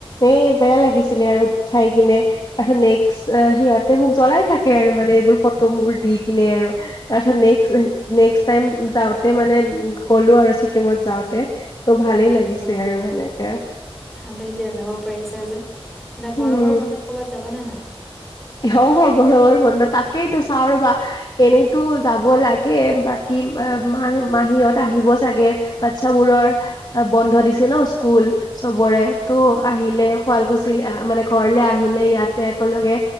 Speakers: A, on the left; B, in the centre.
A: এই বেয়া লাগিছিলে আৰু। চাই কিনে, তাৰপাছত নেক্সট অহ, সিহঁত মোক জলাই থাকে আৰু, মানে এইবোৰ ফটো বোৰ দি কিনে আৰু। তাৰপিছত নেক্স, নেক্সট টাইম যাওঁতে মানে গ'লো আৰু ছিকিমত যাওঁতে। ত' ভালেই লাগিছে
B: অ
A: আৰু এনেকে।
B: ভালেই দিয়া, যাব পাৰিছা যে, এতিয়া গৰমৰ
A: উম
B: বন্ধত ক'বাত যাবা নে নাই?
A: অ', অ', গৰমৰ বন্ধ, তাকেইতো চাওঁ ৰবা, এনেই তো যাব লাগে, বাকী মাহ মাহীত আহিব চাগে। বাচ্ছাবোৰৰ বন্ধ দিছে ন' স্কুল। চবৰে
B: আচ্ছা
A: তো আহিলে, শুৱালকুছি মানে ঘৰলে আহিলে ইয়াতে একেলগে